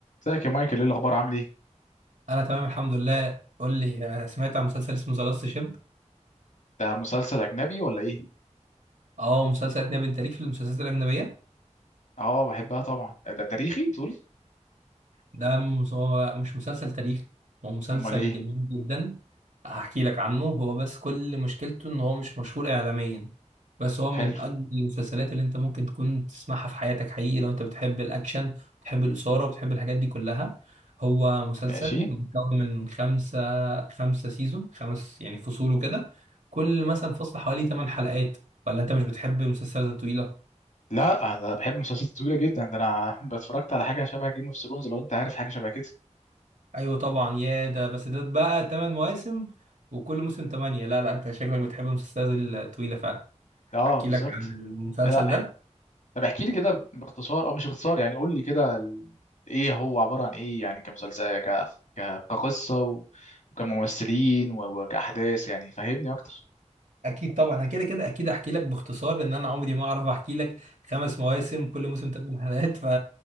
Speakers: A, on the left (about 80°); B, on the right (about 85°).
A: ازيك يا مايكل ايه الاخبار عامل ايه
B: انا تمام الحمد لله قول لي أنا سمعت عن مسلسل اسمه ذا لاست شيب
A: ده مسلسل اجنبي ولا ايه
B: اه مسلسل اجنبي انت ليك في المسلسلات الاجنبيه
A: اه بحبها طبعا آه، ده تاريخي تقول
B: ده مس- هو مش مسلسل تاريخي هو مسلسل
A: امال ايه
B: جميل جدا هحكي لك عنه هو بس كل مشكلته ان هو مش مشهور اعلاميا بس هو
A: حلو
B: من اجمل المسلسلات اللي انت ممكن تكون تسمعها في حياتك حقيقي لو انت بتحب الاكشن بتحب الاثاره بتحب الحاجات دي كلها هو مسلسل
A: ماشي
B: مكون من خمسة خمسة سيزون خمس يعني فصول وكده كل مثلا فصل حوالي 8 حلقات ولا انت مش بتحب المسلسلات الطويلة
A: لا انا بحب مسلسلات طويله جدا ده انا <laughs> اتفرجت على حاجه شبه جيم اوف ثرونز لو انت عارف حاجه شبه كده
B: ايوه طبعا يا ده بس ده بقى ثمان مواسم وكل موسم ثمانية لا لا انت شكلك بتحب المسلسلات الطويلة فعلا
A: اه
B: احكي
A: بالظبط
B: لك عن المسلسل
A: آه، لا
B: ده
A: اح- طب احكي لي كده باختصار او مش باختصار يعني قول لي كده ال- ايه هو عباره عن ايه يعني كمسلسل آه، ك... ك... كقصه و... وكممثلين و... وكاحداث يعني فهمني اكتر
B: اكيد طبعا انا كده كده اكيد احكي لك باختصار لان انا عمري ما اعرف احكي لك خمس مواسم كل موسم ثمان حلقات ف